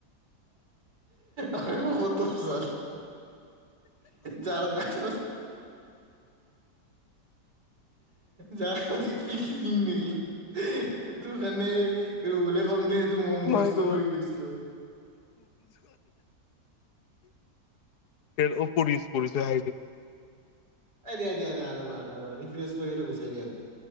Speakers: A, on the right; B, on the left.
A: আ কত চ জাৰা ক। যাৰ দেখ নেকিল এইটোৰ কাৰণে ৰহুলে কওঁতে। এটো মই মুখস্ত
B: মাই গড
A: কৰি দিছিলো। <inaudible>
B: সৰ প পৰিছে।
A: এ দিয়া দিয়া আৰু এবাৰ আৰু এবাৰ। ৰিফ্ৰজ কৰিলে গুচাই দিয়াতটো।